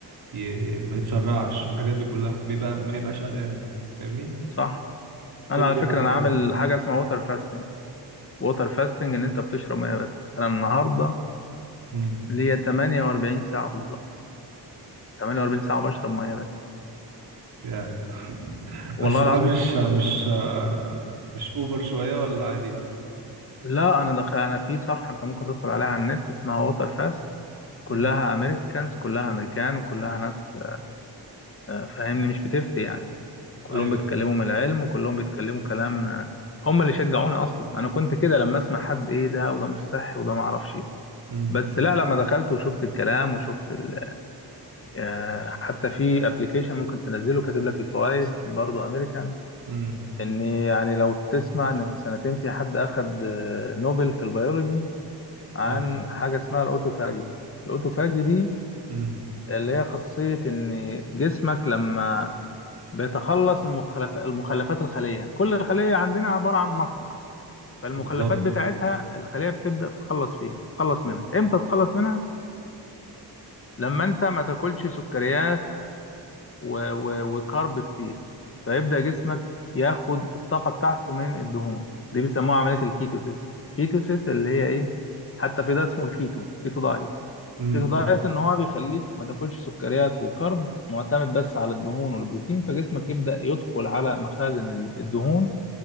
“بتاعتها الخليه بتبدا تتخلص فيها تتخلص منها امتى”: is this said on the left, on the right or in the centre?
Left